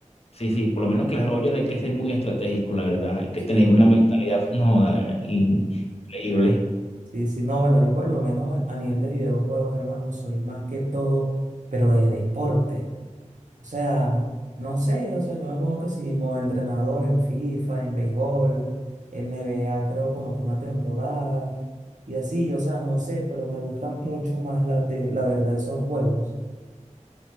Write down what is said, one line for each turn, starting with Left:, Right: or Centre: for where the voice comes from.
Left: Sí, sí, por lo menos Clash Royale hay que ser muy estratégico, la verdad. Hay que
Right: Sí,
Left: tener una mentalidad, no, da- increíble.
Right: sí, sí. No, bueno, yo por lo menos a nivel de videojuegos, hermano, soy más que todo, pero de deporte. O sea, no sé, o sea, yo me pongo que sí, modo entrenador en FIFA, en béisbol, en NBA, creo como que una temporada y así, o sea, no sé, pero me gusta mucho más la, de, la verdad esos juegos.